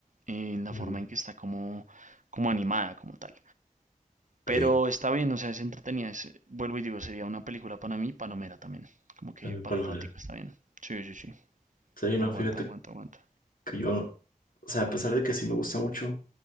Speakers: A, on the right; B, on the left.
A: eh, la
B: Ujú.
A: forma en que está como, como animada como tal. Pero
B: Ok,
A: está bien, o sea, es entretenida. es- vuelvo y digo, sería una película para mí, palomera también. Como que
B: también
A: para
B: para
A: el ratico
B: la...
A: está bien. Sí, sí, sí.
B: Sí,
A: Aguanta,
B: no, fíjate
A: aguanta, aguanta.
B: que yo, o sea, a pesar de que sí me gusta mucho,